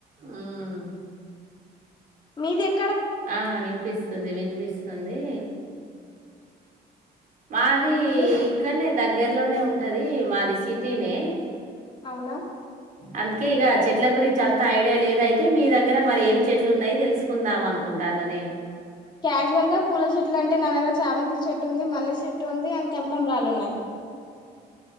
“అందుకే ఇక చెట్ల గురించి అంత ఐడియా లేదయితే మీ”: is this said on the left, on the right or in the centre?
Right